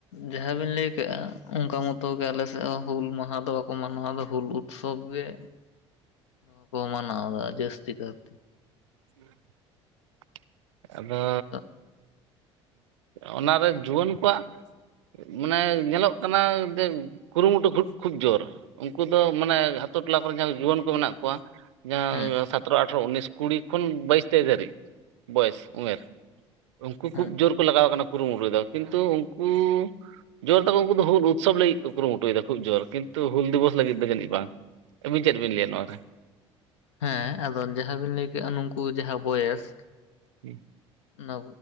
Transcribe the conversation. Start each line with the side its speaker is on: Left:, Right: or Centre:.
Left: ᱡᱟᱦᱟᱸ ᱵᱤᱱ ᱞᱟᱹᱭᱠᱮᱜᱼᱟ ᱚᱝᱠᱟ ᱢᱚᱛᱚ ᱜᱮ ᱟᱞᱮᱥᱮᱜ ᱦᱚᱸ ᱦᱩᱞ ᱢᱟᱦᱟ ᱫᱚ ᱵᱟᱠᱚ ᱢᱟᱱᱣ ᱫᱟ ᱦᱩᱞ ᱩᱛ ᱥᱚᱵ ᱜᱮ ᱱᱚᱣᱟ ᱠᱚ ᱢᱟᱱᱟᱣᱫᱟ ᱡᱟᱹᱥᱛᱤ ᱠᱟᱨᱛᱮ᱾
Right: <inaudible> ᱟᱫᱚ
Left: ᱱᱤᱛᱚᱜ
Right: ᱚᱱᱟ ᱨᱮ ᱡᱩᱣᱟᱹᱱ ᱠᱚᱣᱟᱜ ᱢᱟᱱᱮ ᱧᱮᱞᱚᱜ ᱠᱟᱱᱟ ᱡᱮ ᱠᱩᱨᱩᱢᱩᱴᱩ ᱠᱷᱩᱫ ᱠᱷᱩᱵ ᱡᱳᱨ᱾ ᱩᱝᱠᱩ ᱫᱚ ᱢᱟᱱᱮ
Left: ᱦᱩᱸ
Right: ᱟᱛᱳ ᱴᱚᱞᱟ ᱠᱚᱨᱮ ᱜᱮ ᱡᱟᱦᱟᱸ ᱡᱩᱣᱟᱹᱱ ᱠᱚ ᱢᱮᱱᱟᱜ ᱠᱚᱣᱟ, ᱡᱟᱦᱟᱸ
Left: ᱦᱩᱸ
Right: ᱥᱟᱛᱚᱨᱚ ᱟᱴ ᱴᱷᱚᱨᱚ, ᱩᱱᱤᱥ, ᱠᱩᱲᱤ ᱠᱷᱚᱱ ᱵᱟᱭᱤᱥ, ᱛᱮᱭᱤᱥ ᱫᱷᱟᱹᱨᱤᱡ ᱵᱚᱭᱮᱥ ᱩᱢᱮᱨ ᱩᱱᱠᱩ ᱠᱷᱩᱵ
Left: ᱦᱩᱸ
Right: ᱡᱳᱨ ᱠᱚ ᱞᱟᱜᱟᱣ ᱠᱟᱱᱟ ᱠᱩᱨᱩᱢᱩᱴᱩᱭ ᱫᱟ, ᱠᱤᱱᱛᱩ ᱩᱝᱠᱩ ᱡᱳᱨ ᱫᱟᱠᱚ ᱩᱱᱠᱩ ᱫᱚ ᱦᱩᱞ ᱩᱛᱥᱚᱵ ᱞᱟᱹᱜᱤᱫ ᱠᱚ ᱠᱩᱨᱩᱢᱩᱴᱩᱭ ᱫᱟ ᱠᱷᱩᱵ ᱡᱳᱨ ᱠᱤᱱᱛᱩ ᱦᱩᱞ ᱫᱤᱣᱚᱥ ᱞᱟᱹᱜᱤᱫ ᱫᱚ ᱡᱟᱹᱱᱤᱡ ᱵᱟᱝ᱾ ᱟᱹᱵᱤᱱ ᱪᱮᱫ ᱵᱤᱱ ᱞᱟᱹᱭᱟ ᱱᱚᱣᱟ ᱨᱮ?
Left: ᱦᱮᱸ ᱟᱫᱚ ᱡᱟᱦᱟᱸᱵᱤᱱ ᱞᱟᱹᱭ ᱠᱮᱜ-ᱟ ᱱᱩᱝᱠᱩ ᱡᱟᱦᱟᱸ ᱵᱚᱭᱮᱥ
Right: ᱦᱩᱸ᱾
Left: ᱚᱱᱟ